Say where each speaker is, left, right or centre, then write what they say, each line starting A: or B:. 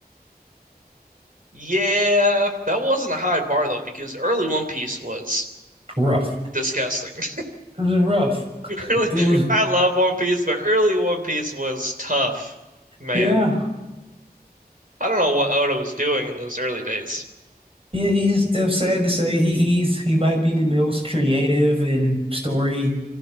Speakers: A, on the right; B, on the right.
A: yeah, that wasn't a high bar though, because early One Piece was
B: Rough.
A: disgusting. <laughs>
B: It was rough.
A: Really,
B: It was,
A: I love One Piece, but early One Piece was tough, man.
B: yeah,
A: I don't know what Oda was doing in those early days.
B: yeah. He's it's sad to say he he's he might be the most creative and story